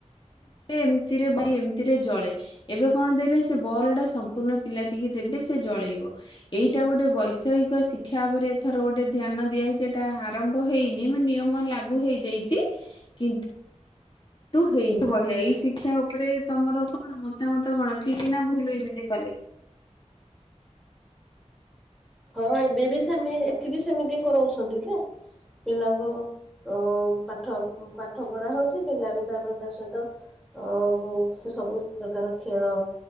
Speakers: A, on the left; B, in the centre.
A: ଏମିତିରେ ଏମିତିରେ ଜଳେ ଏବେ କଣ ଦେବେ ସେ ବଲ ଟା ସମ୍ପୂର୍ଣ୍ଣ ପିଲା ଟିକେ ଦେବେ ସେ ଜଳେଇବ ଏଇଟା ଗୋଟେ ବୈଷୟିକ ଶିକ୍ଷା ଭାବରେଥର ଗୋଟେ ଧ୍ୟାନ ଦିଆ ହୋଇଛି ଏଟା ଆରମ୍ଭ ହେଇନି ମ ନିୟମ ଲାଗୁ ହେଇଯାଇଛି କିନ୍ତୁ ତୁ ହେଇୁ ବଢିଆ ଏଇ ଶିକ୍ଷା ଉପରେ ତମର କଣ ମତାମତ କଣ ଠିକ ନା ଭୁଲ ଏମିତି କଲେ
B: ହଁ ଏବେ ବି ସେମି ଏଠି ବି ସେମିତି କରାଉଛନ୍ତି ଯେ ପିଲାଙ୍କୁ ଅ ପାଠ ପାଠ ପଢା ହଉଛି ପିଲା ବି ତାପରେ ତା ସହିତ ଅ ସବୁ ପ୍ରକାର ଖେଳ